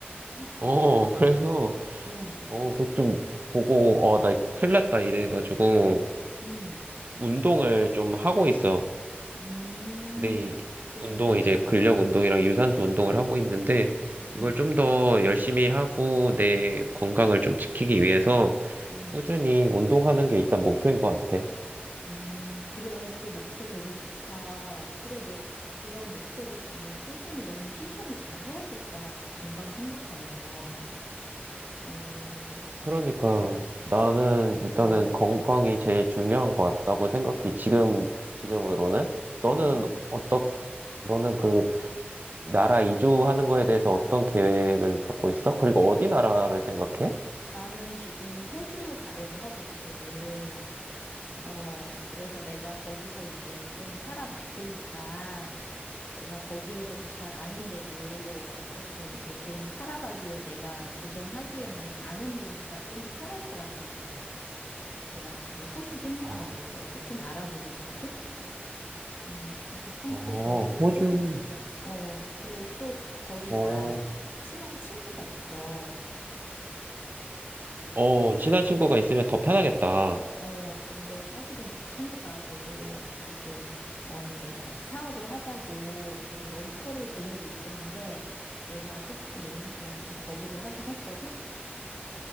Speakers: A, on the left; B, on the right.
A: <gasps>
B: 어, 그래서,
A: 어,
B: 어, 그 좀 보고, 어, 나 큰일 났다 이래가지고,
A: 음,
B: 운동을 좀 하고 있어.
A: 음,
B: 내
A: 그래,
B: 운동, 이제 근력 운동이랑 유산소 운동을 하고 있는데,
A: 음,
B: 이걸 좀 더 열심히 하고, 내 건강을 좀 지키기 위해서,
A: 음,
B: 꾸준히 운동하는 게 일단 목표인 것 같아.
A: 음, 그래, 그 목표 되게 좋다. 그래, 너 그런 목표를 정말 꾸준히 너는 실천을 잘 해야겠다. 그 건강 생각하면. 어,
B: 그러니까 나는
A: 그래,
B: 일단은
A: 어,
B: 건강이 제일 중요한 것 같다고 생각해. 지금, 지금으로는. 너는
A: 음,
B: 어떻, 너는 그 나라 이주하는 거에 대해서 어떤 계획을 갖고 있어? 그리고 어디 나라를 생각해?
A: 나는 지금 호주 가려고 하고 있거든. 어, 그래서 내가 거기서 이제 좀 살아봤으니까 내가 거기에서도 잘 아는 데고 어떻게 이제 좀 살아가기에 내가 도전하기에는 아는 데니까 좀 편할 것 같아서. 그래서 나 지금 호주 생각하고
B: 아,
A: 있어. 그래서 좀 알아보고 있거든? 음, 그래서 좀
B: 어,
A: 그 계획을
B: 호주.
A: 세우고 있어. 어, 그리고 또 거기
B: 어,
A: 나 친한 친구가 있어.
B: 어, 친한 친구가 있으면 더 편하겠다.
A: 어, 근데 사실은 그 친구가 계속 같이 좀, 어, 이제 같이 사업을 하자고 계속 러브콜을 보내고 있었는데, 내가 솔직히 몇 년 동안 좀 거부를 하긴 했거든?